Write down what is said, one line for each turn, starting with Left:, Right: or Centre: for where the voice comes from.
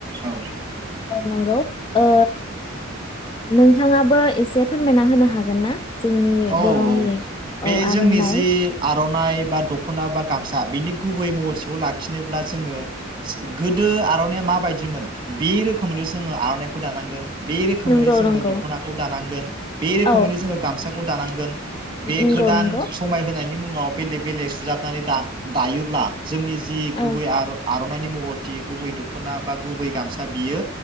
Right: औ।
Left: औ नंगौ ओ नोंथाङाबो एसे फोरमायना होनो हागोन ना? जोंनि
Right: औ
Left: बर'नि
Right: औ बे
Left: औ आर'नाइ
Right: जोंनि जि आर'नाइ बा दख'ना बा गामसा बेनि गुबै महरथिखौ लाखिनोब्ला जोङो गोदो आर'नाइया माबायदिमोन बे रोखोमैनो जोङो आर'नाइखौ दानांगोन बे रोखोमैनो
Left: नंगौ
Right: जोङो
Left: नंगौ
Right: दख'नाखौ दानांगोन बे रोखोमैनो
Left: औ
Right: जोङो गामसाखौ खौ दानांगोन बे
Left: नंगौ
Right: गोदान
Left: नंगौ
Right: समाय होनायनि मुङाव बेलेग बेलेग सुजाबनानै दा दायोब्ला जोंनि जि गुबै
Left: औ
Right: आर' आर' नायनि महरथि गुबै दख'ना बा गुबै गामसा बियो